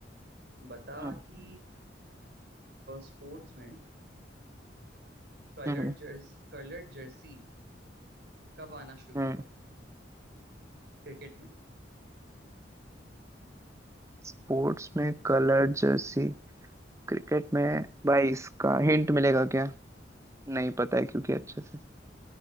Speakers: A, on the right; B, on the right.
A: बता
B: हम्म
A: कि स्पोर्ट्स में कलर्ड
B: हम्म
A: जर्स कलर्ड जर्सी कब आना शुरू
B: हम्म
A: हुआ क्रिकेट में
B: स्पोर्ट्स में कलर जर्सी क्रिकेट में भाई इसका हिंट मिलेगा क्या नहीं पता है क्योंकि अच्छे से